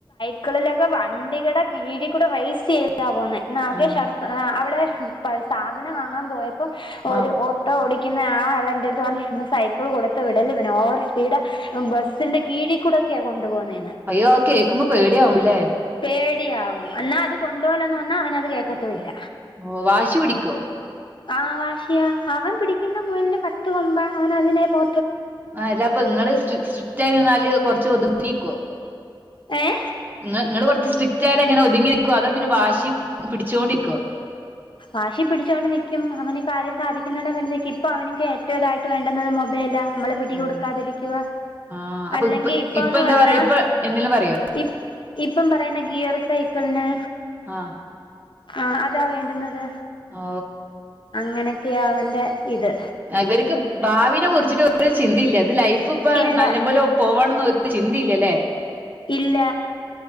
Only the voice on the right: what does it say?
ആഹ്
ആഹ്
അയ്യോ കേൾക്കുമ്പോ പേടിയയാവും ല്ലേ
ഓ വാശി പിടിക്കോ
ആ അല്ല അപ്പ നിങ്ങള് സ്ട്രിക്റ്റ് ആയി നിന്നാല് കൊറച്ച് ഒതുങ്ങിക്കുവോ
നി നിങ്ങള് കൊറച്ച് സ്ട്രിക്റ്റ് ആയാല എങ്ങനെ ഒതുങ്ങി നിക്കുവോ അതോ പിന്നെ വാശി പിടിച്ചുകോണ്ടിരിക്കുവോ
ആഹ് ആഹ് അപ്പൊ
ഇപ്പ
ഇപ്പ എന്താ
പറയാ ഇപ്പ എന്തേലും പറയോ
ആ
ഓ
ഇവർക്ക് ഭാവിനെ കുറിച്ചിട്ട് ഒരു ചിന്തയില്ല അത് ലൈഫ് ഇപ്പ
നല്ല പോോലെ പോവാണംന്ന് ചിന്തയില്ലല്ലേ